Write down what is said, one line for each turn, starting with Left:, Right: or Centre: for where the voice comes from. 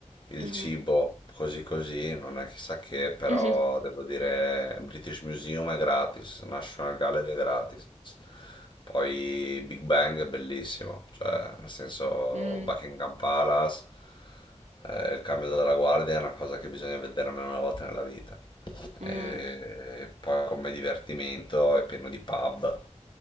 Left: il
Right: Mh-mh.
Left: cibo così così, non è chissà che, però
Right: Mh-mh.
Left: devo dire British Museum è gratis, National Gallery è gratis. Poi Big Bang è bellissimo, cioè nel senso
Right: Mh.
Left: Buckingham Palace, eh, il cambio della guardia è una cosa che bisogna vedere almeno una volta nella vita.
Right: Mh.
Left: E poi come divertimento è pieno di pub,